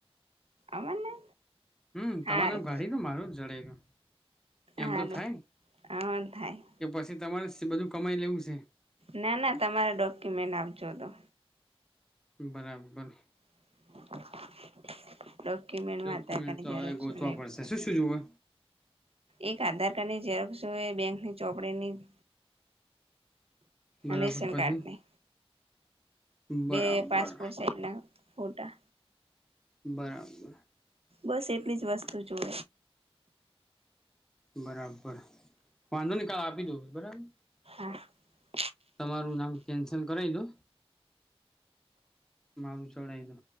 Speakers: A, on the right; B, in the centre.
A: અમરને
B: હમ તમારે
A: હારું
B: ગાડી તો મારું જ જડ ગય
A: હારું
B: એમ તો થાય
A: હ થાય
B: કે પછી તમારે બધું કમાઈ લેવું છે
A: ના ના તમારે ડોક્યુમેન્ટ આપજો તોો
B: બરાબર
A: <inaudible> ડોક્યુમેન્ટમાં
B: ડોક્યુમેન્ટ
A: આધાર કાર્ડની ઝેરોક્ષ
B: ગોતવા
A: ને એવું
B: પડશે
A: જોવે.
B: શું શું જુવ
A: એક આધાર કાર્ડ ની જ ઝેરો જો એ બેંકની ચોપડીની
B: બરાબર
A: રેશન
B: પછી
A: કાર્ડની
B: બરાબર
A: બે પાસપોર્ટ સાઈઝ ના ફોટા
B: બરાબર
A: બસ એટલી જ વસ્તુ જોુઓ
B: બરાબર વાંધો નિકાલ આપી દું બરાબર
A: <inaudible>
B: તમારું નામ કેન્સલ કરાવી દો મારું ચડાય તો